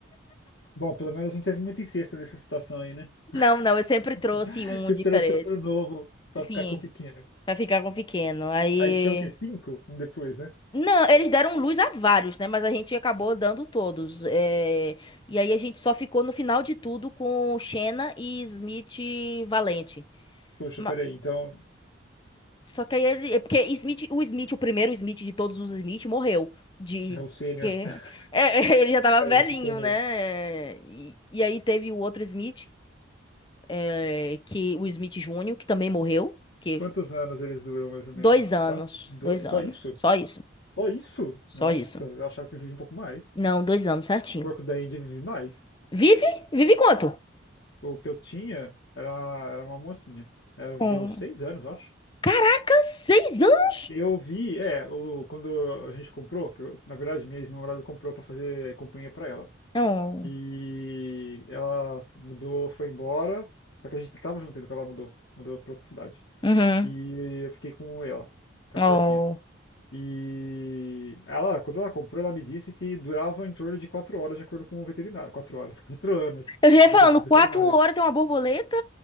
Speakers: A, on the left; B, on the left.
A: Bom, pelo menos não teve muita incesto nessa situação aí, né?
B: Não, não, eu sempre
A: <laughs>
B: trouxe um
A: Você
B: diferente.
A: trouxe outro novo pra ficar
B: Sim,
A: com o pequeno.
B: pra ficar com o pequeno. Aí
A: Aí tinha o quê? Cinco depois, né?
B: Não, eles deram luz a vários, né? Mas a gente acabou dando todos. é, E aí a gente só ficou no final de tudo com Xena e Smith Valente.
A: Poxa,
B: Ma-
A: peraí, então.
B: Só que aí ele. é Porque Smith, o Smith, o primeiro Smith de todos os Smith, morreu. De.
A: É o sênior.
B: Que...
A: <laughs>
B: É, <laughs> ele já tava
A: É o
B: velhinho,
A: exército sênior.
B: né? E, e aí teve o outro Smith, é, que o Smith Júnior, que também morreu. Que
A: Quantos anos eles duram, mais ou
B: dois
A: menos?
B: anos.
A: Quatro? Dois?
B: Dois anos.
A: Só isso?
B: Só isso.
A: Só isso?
B: Só
A: Nossa,
B: isso.
A: eu achava que eu vivia um pouco mais.
B: Não, dois anos, certinho.
A: Porco da Índia vive mais.
B: Vive? Vive quanto?
A: O que eu tinha era, era uma mocinha. Ela
B: Com.
A: viveu seis anos, eu acho.
B: Caraca, seis anos?
A: Eu vi, é, o, quando a gente comprou, que eu- na verdade minha ex-namorada comprou pra fazer companhia pra ela.
B: Não.
A: E ela mudou, foi embora. Só que a gente tava junto ainda quando ela mudou. Mudou pra outra cidade.
B: Uhum.
A: E eu fiquei com ela, com
B: Oh.
A: a porquinha. E ela, quando ela comprou, ela me disse que durava em torno de quatro horas, de acordo com o veterinário. Quatro horas, <laughs> quatro anos,
B: Eu já ia
A: de
B: falando,
A: acordo com o veterinário.
B: quatro horas é uma borboleta?